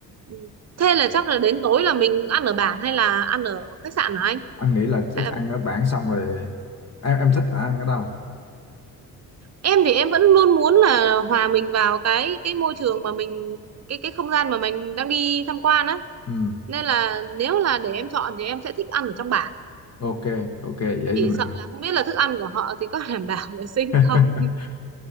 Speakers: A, on the right; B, on the left.
A: ừ, thế là chắc là đến tối là mình ăn ở bản hay là ăn ở khách sạn hả anh
B: anh nghĩ là chắc
A: hay là
B: ăn ở bản xong rồi em em thích ăn ở đâu
A: em thì em vẫn luôn muốn là hòa mình vào cái cái môi trường mà mình cái cái không gian mà mình đang đi tham quan á
B: ừ.
A: nên là nếu là để em chọn thì em sẽ thích ăn ở trong bản
B: ok ok vậy
A: chỉ
B: thì mình
A: sợ là không biết là thức ăn của họ thì có <laughs> đảm bảo vệ sinh
B: <laughs>
A: không